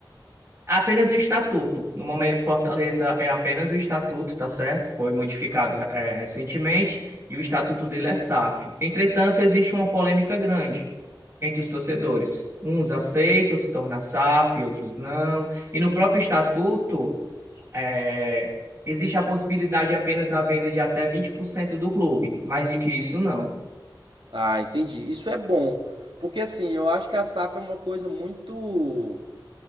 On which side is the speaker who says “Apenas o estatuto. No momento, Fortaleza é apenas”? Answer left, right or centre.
Right